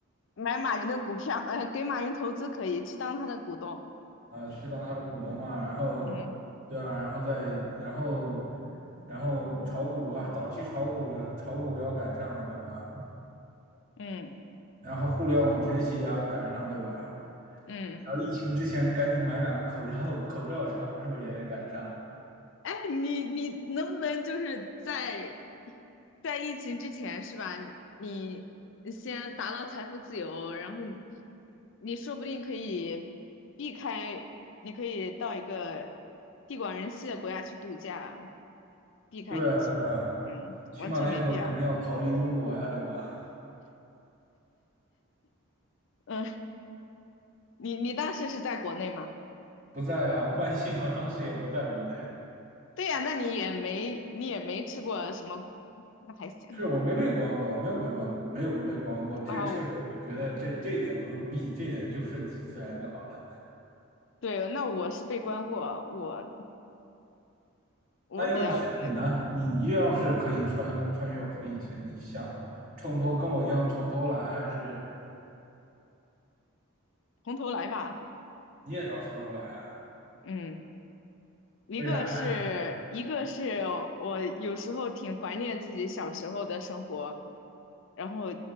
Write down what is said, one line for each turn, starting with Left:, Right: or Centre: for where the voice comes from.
Left: 买马云的股票，呃，给马云投资可以，去当他的股东。
Right: 啊，去当他的股东啊，然后，
Left: 嗯
Right: 对啊，然后再然后，然后炒股啊，早期炒股炒股要赶上啊，对吧？
Left: 嗯
Right: 然后互联网崛起也要赶上，对吧？
Left: 嗯，
Right: 然后疫情之前赶紧买两个口罩，口罩厂是不是也得赶上？
Left: 哎，你你能不能就是在在疫情之前是吧？你你先达到财富自由，然后你你说不定可以避开，你可以到一个地广人稀的国家去度假，避开疫情呢。
Right: 对啊，对啊，
Left: 嗯，完全没必要。
Right: 起码那时候肯定要逃离中国呀，对吧？
Left: 嗯，你你当时是在国内吗？
Right: 不在啊，万幸我当时也不在国内，
Left: 对呀，那你也没你也没吃过什么苦，那还行
Right: 是我没被关过，没有被关，没有被关过，这确实觉得这这一点不用避，
Left: 啊。
Right: 这点就顺其自然就好了。
Left: 对，那我是被关过，我我比较那个，
Right: 那要你是你呢？你要是可以穿穿越回以前，你想从头跟我一样从头来，还是
Left: 从头来吧。
Right: 你也要从头来啊？
Left: 嗯，一个是一个是我有时候挺怀念自己小时候的生活，
Right: 为啥呀？
Left: 然后